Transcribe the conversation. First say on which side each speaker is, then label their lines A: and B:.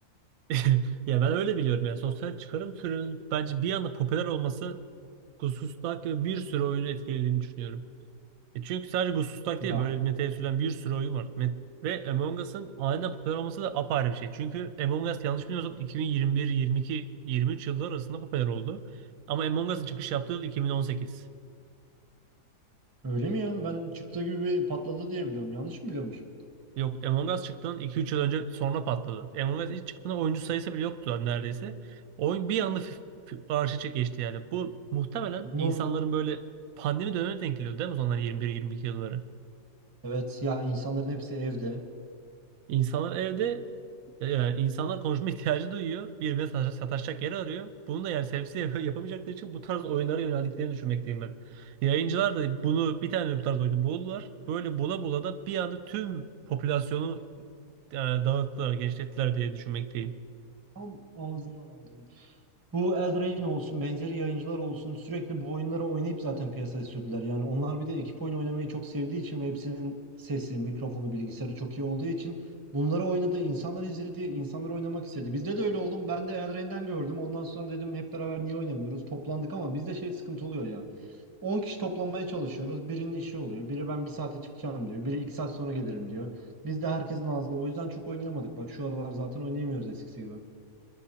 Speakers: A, on the right (about 70°); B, on the right (about 20°).
A: <laughs> Ya ben öyle biliyorum yani sosyal çıkarım türünün bence bir anda popüler olması Gusustak ve bir sürü oyunu etkilediğini düşünüyorum. E çünkü sadece Gusustak
B: ki.
A: değil böyle metaya sürülen bir sürü oyun var. Met- ve Among Us'ın aniden popüler olması da apayrı bir şey. Çünkü Among Us yanlış bilmiyorsam 2021, 22, 23 yılları arasında popüler oldu. Ama Among Us'ın çıkış yaptığı yıl 2018.
B: Öyle mi ya? Ben çıktığı gibi bir patladı diye biliyorum. Yanlış mı biliyormuş?
A: Yok Among Us çıktığından iki üç yıl önce sonra patladı. Among Us ilk çıktığında oyuncu sayısı bile yoktu neredeyse. Oyun bir anda f- f- arşa geçti yani. Bu muhtemelen
B: Bunun
A: insanların böyle pandemi dönemine denk geliyor değil mi? O zaman 21-22 yılları.
B: evet ya insanların hepsi evde.
A: İnsanlar evde yani insanlar konuşma <laughs> ihtiyacı duyuyor. Birbirine sataş- sataşacak yer arıyor. Bunu da yani sebepsiz yap- <laughs> yapamayacakları için bu tarz oyunlara yöneldiklerini düşünmekteyim ben. Yayıncılar da bunu bir tane bu tarz oyunu buldular. Böyle bula bula da bir anda tüm popülasyonu e, dağıttılar, genişlettiler diye düşünmekteyim.
B: Tam ağzımdan aldın. Bu Eldrain olsun, benzeri yayıncılar olsun sürekli bu oyunları oynayıp zaten piyasaya sürdüler. Yani onlar bir de ekip oyun oynamayı çok sevdiği için ve hepsinin sesi, mikrofonu, bilgisayarı çok iyi olduğu için bunları oynadı, insanlar izledi, insanlar oynamak istedi. Bizde de öyle oğlum. Ben de Eldrain'den gördüm. Ondan sonra dedim hep beraber niye oynamıyoruz? Toplandık ama bizde şey sıkıntı oluyor ya. 10 kişi toplanmaya çalışıyoruz. Birinin işi oluyor. Biri ben bir saate çıkacağım diyor. Biri 2 saat sonra gelirim diyor. Biz de herkesin ağzı. O yüzden çok oynayamadık. Bak şu aralar zaten oynayamıyoruz eskisi gibi.